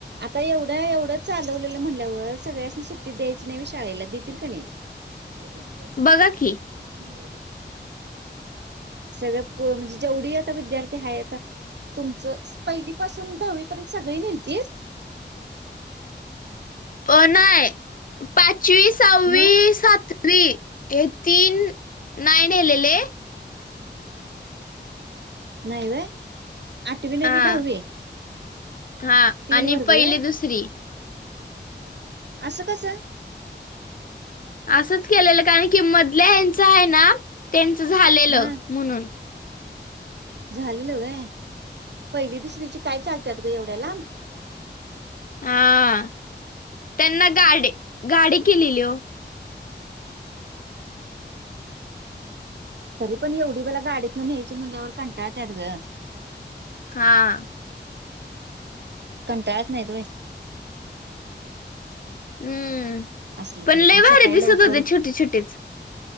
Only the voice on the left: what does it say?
बघा की
अ नाय पाचवी, सावी,
सात वी हे तीन नाय नेहलेले.
हा
हा
आणि
पहिली
दुसरी
आसंच केलेलं कारण की मधल्या हेचं आहे ना त्यांचं झालेलं
म्हणून
हा त्यांना गाडी गाडी केलेली ओ.
हा....
हुं
पण
लय भारी
दिसत
होते छोटी छोटीच....